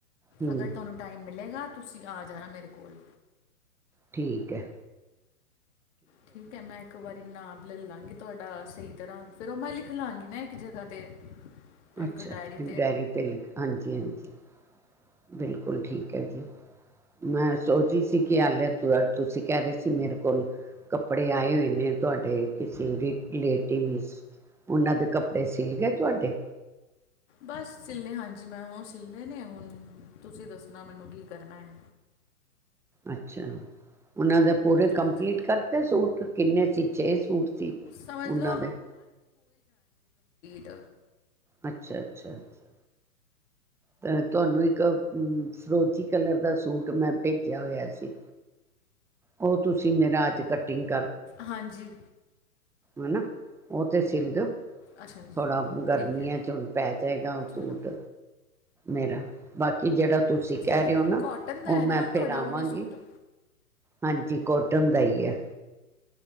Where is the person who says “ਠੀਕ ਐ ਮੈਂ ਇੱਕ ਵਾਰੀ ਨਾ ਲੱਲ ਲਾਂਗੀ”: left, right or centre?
Left